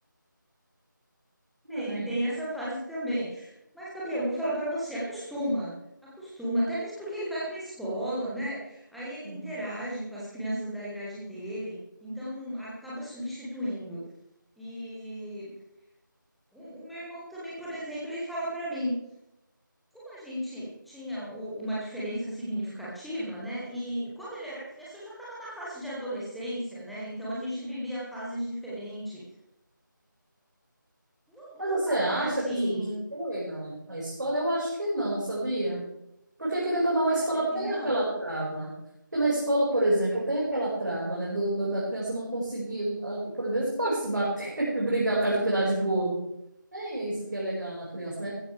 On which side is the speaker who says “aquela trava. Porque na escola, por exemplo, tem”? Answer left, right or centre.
Right